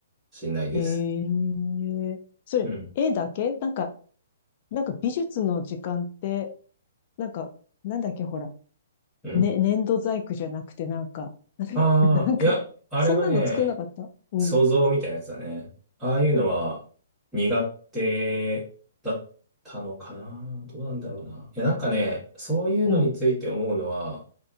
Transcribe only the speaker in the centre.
しれないです。
うん。
うん
ああー、
いや、あれはね、
想像みたいなやつだね。ああいうのは苦手だったのかなどうなんだろうな。いや、なんかね、そういうのについて思うのは、